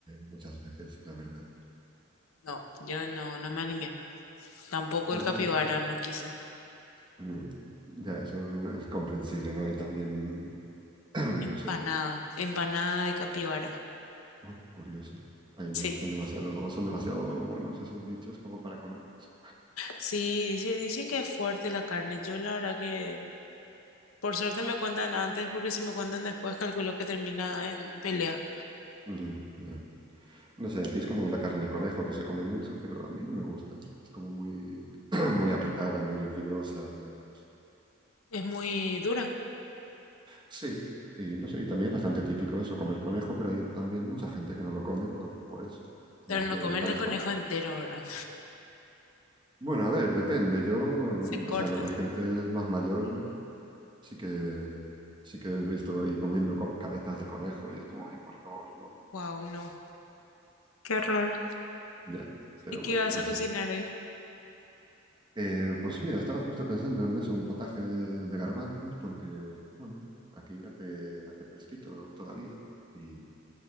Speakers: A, on the right; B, on the left.
A: muchas veces, la verdad.
B: No, yo no, no me animé. Tampoco
A: Ya,
B: el capibara,
A: no sé.
B: no quise.
A: Mm, ya, eso es comprensible, ¿no? Y también... <clears throat>
B: Empanada,
A: no sé,
B: empanada de capibara.
A: Oh, curioso. Ay,
B: Sí,
A: no, son demasiado, son demasiado monos esos bichos como para comerlos.
B: sí, dice, dicen que es fuerte la carne. Yo la verdad que por suerte me cuentan antes, porque si me cuentan después, calculo que termina en pelea.
A: Ujú, ya. No sé, aquí es como la carne de conejo que se come mucho, pero a mí no me gusta. Es como muy, <clears throat> muy apretada, muy fibrosa, muy, no sé.
B: Es muy dura,
A: Sí, y no sé, y también es bastante típico eso, comer conejo, pero hay también mucha gente que no lo come por, por eso. Más
B: pero no
A: que
B: comen
A: también
B: el conejo
A: por...
B: entero ahora.
A: Bueno, a ver, depende. Yo,
B: Se corta.
A: o sea, la, la gente más mayor sí que, sí que he visto ahí comiendo co- cabezas de conejo y es como, ay, por favor, no.
B: Wow, no. Qué horror.
A: Ya, pero
B: ¿Y qué
A: bueno,
B: vas
A: no
B: a cocinar
A: sé.
B: hoy?
A: Eh, pues mira, estaba justo pensando en eso, un potaje de, de garbanzos, porque, bueno, aquí hace, hace fresquito todavía y,